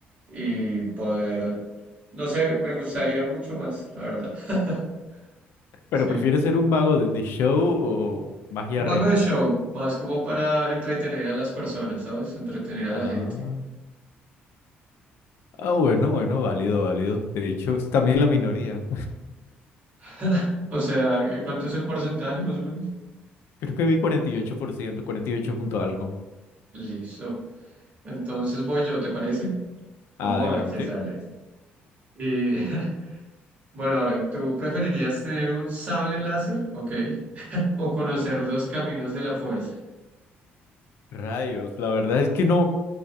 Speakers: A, on the right; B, on the left.
A: y poder, no sé, me gustaría mucho más, la verdad. <laughs>
B: ¿Pero
A: Sí.
B: prefieres ser un mago de, de show o magia
A: Un mago
B: real?
A: de show, más como para entretener a las personas, ¿sabes? Entretener a
B: Ah,
A: la gente.
B: ah, bueno, bueno, válido, válido. De hecho, es también la minoría.
A: <laughs> O sea, eh, ¿cuánto es el porcentaje más o menos?
B: <laughs> Creo que vi 48%, 48 punto algo.
A: Listo. Entonces voy yo, ¿te parece?
B: Adelante.
A: Vamos a ver qué sale. Y <laughs> Bueno, Aaron, ¿tú preferirías tener un sable láser? Ok. <laughs> O conocer los caminos de la fuerza.
B: Rayos, la verdad es que no.